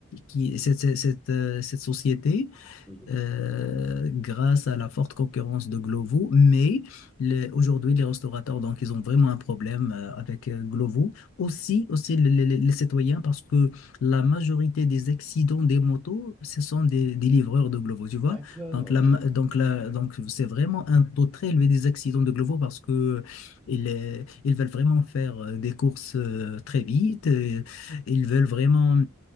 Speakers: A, on the left; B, in the centre.
A: qui, cette, cette, cette, euh, cette société
B: Mhm.
A: euh, grâce à la forte concurrence de Glovo. Mais les- aujourd'hui, les restaurateurs, donc, ils ont vraiment un problème euh, avec euh, Glovo. Aussi, aussi les, les- les citoyens, parce que la majorité des accidents des motos, ce sont des, des livreurs de Glovo, tu vois.
B: D'accord,
A: Donc, la,
B: ok.
A: ma- donc, la, donc, c'est vraiment un taux très élevé des accidents de Glovo parce que ils, euh, ils veulent vraiment faire euh, des courses euh, très vite. euh, ils veulent vraiment.